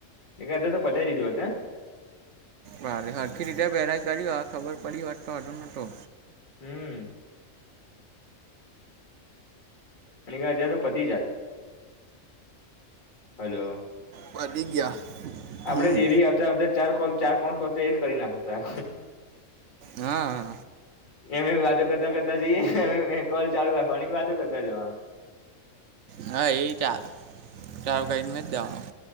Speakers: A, on the left (about 90°); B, on the right (about 70°).
A: એકાધા તો પતાઈ દીધું હોત હે.
B: ભારે, હળખી રીતે વહેરાઈ કરી હોત ખબર પડી હોત વાંધો નતો.
A: હમ્મ. <unintelligible> પતિ જાત, હલો.
B: પતી ગયા.
A: આપણે
B: હમ
A: ડેરીએ આવતા-આવતા ચાર કોલ, ચાર પાંચ કોલ તો એ કરી નાખતા.
B: હા.
A: એમ-એમ વાતો કરતા-કરતા જઈએને કોલ ચાલુ રાખવાની, વાતો કરતા જવાનું.
B: હા એ <unintelligible> નથ જવાનું.